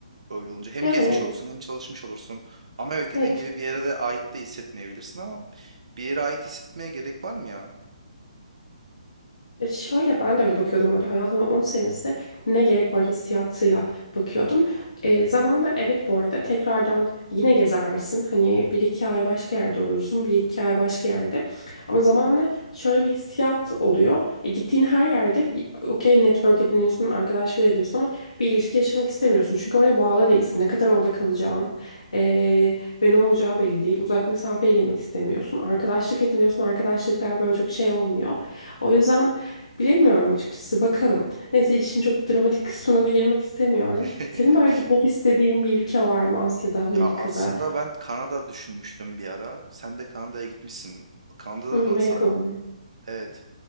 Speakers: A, on the right; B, on the left.
A: Böyle olunca hem
B: Yani
A: gezmiş olursun hem çalışmış olursun. Ama evet dediğin
B: evet.
A: gibi bir yere de ait de hissetmeyebilirsin ama bir yere ait hissetmeye gerek var mı ya?
B: Ya şöyle ben de öyle bakıyordum orada hayatımda 10 senesi ne gerek var hissiyatıyla bakıyordum. E, zamanla evet bu arada tekrardan yine gezersin. Hani bir iki ay başka yerde olursun, bir iki ay başka yerde. Ama zamanla şöyle bir hissiyat oluyor. E, gittiğin her yerde okey network ediniyorsun, arkadaşlık ediyorsun ama bir ilişki yaşamak istemiyorsun. Çünkü oraya bağlı değilsin. Ne kadar orada kalacağın e, ve ne olacağı belli değil. Uzak mesafeye girmek istemiyorsun. Arkadaşlık ediniyorsun, arkadaşlıklar böyle çok şey olmuyor. O yüzden Bilemiyorum açıkçası. Bakalım. Neyse işin çok dramatik kısmına da girmek istemiyorum.
A: <laughs>
B: Senin böyle gitmek istediğin bir ülke var mı Asya'da, Amerika'da?
A: Ya aslında ben Kanada düşünmüştüm bir ara. Sen de Kanada'ya gitmişsin. Kanada'da
B: Hmm,
A: nasıl?
B: Vancouver.
A: Evet.